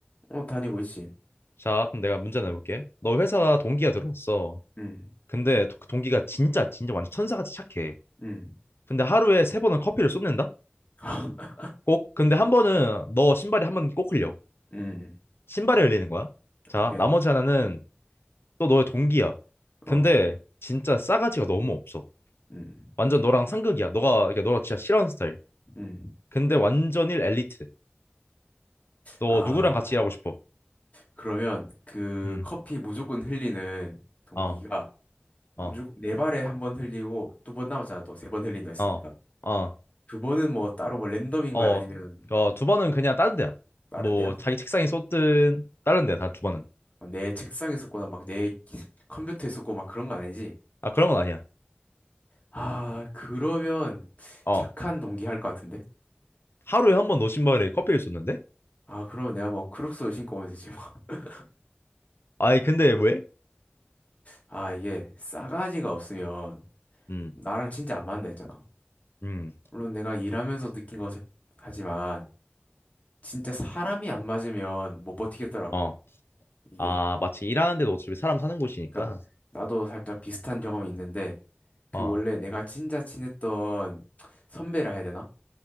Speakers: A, on the left; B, on the left.
A: 어, 다니고 있지.
B: 자, 그럼 내가 문제 내볼게. 너 회사 동기가 들어왔어.
A: 음.
B: 근데 도- 그 동기가 진짜 진짜 완전 천사같이 착해.
A: 음.
B: 근데 하루에 세 번은 커피를 쏟는다?
A: <laughs>
B: 꼭. 근데 한 번은 너 신발이 한 번 꼭 흘려.
A: 음.
B: 신발에 흘리는 거야. 자,
A: 오케이.
B: 나머지 하나는 또 너의 동기야. 근데
A: 어.
B: 진짜 싸가지가 너무 없어.
A: 음.
B: 완전 너랑 상극이야. 너가 그러니까 너가 진짜 싫어하는 스타일.
A: 음.
B: 근데 완전일 엘리트. 너
A: 아.
B: 누구랑 같이 일하고 싶어?
A: 그러면 그
B: 음.
A: 커피 무조건 흘리는 동기가
B: 어,
A: 무조건
B: 어,
A: 네 발에 한 번 흘리고 두 번 남았잖아. 또 세 번 흘린다 했으니까.
B: 어, 어.
A: 두 번은 뭐 따로 뭐 랜덤인
B: 어,
A: 거야? 아니면
B: 어, 두 번은 그냥 다른 데야.
A: 다른
B: 뭐
A: 데야?
B: 자기 책상에 쏟든 다른 데야 다 두 번은.
A: 아, 내 책상에 썼거나 막 내 <laughs> 컴퓨터에 썼고 막 그런 건 아니지?
B: 아 그런 건 아니야.
A: 아, 그러면
B: 어,
A: 착한 동기 할 것 같은데?
B: 하루에 한 번 노신발에 커피를 쏟는데?
A: 아, 그러면 내가 뭐 크록스 신고 오면 되지 뭐. <laughs>
B: 아니 근데 왜?
A: 아, 이게 싸가지가 없으면
B: 음,
A: 나랑 진짜 안 맞는다 했잖아.
B: 음,
A: 물론 내가 일하면서 느낀 거지. 하지만 진짜 사람이 안 맞으면 못 버티겠더라고.
B: 어,
A: 이게.
B: 아 마치 일하는 데도 어차피 사람 사는 곳이니까.
A: 그러니까 나도 살짝 비슷한 경험이 있는데 그
B: 어,
A: 원래 내가 진짜 친했던 선배라 해야 되나?